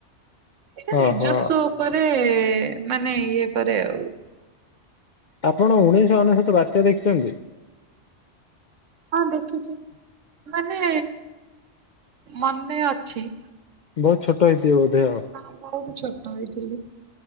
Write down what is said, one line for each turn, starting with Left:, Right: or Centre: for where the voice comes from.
Right: ସେଇଟା
Left: ଓହୋ
Right: ନିଜସ୍ଵ କରେ ମାନେ ଇଏ କରେ ଆଉ।
Left: ଆପଣ ଉଣେଇଶହ ଅନେଶ୍ୱତ ବାତ୍ୟା ଦେଖିଛନ୍ତି?
Right: ହଁ ଦେଖିଛି ମାନେ ମନେ ଅଛି।
Left: ବହୁତ ଛୋଟ ହେଇଥିବେ ବୋଧେ ଆଉ।
Right: ଆ ବହୁତ ଛୋଟ ହେଇଥିଲି।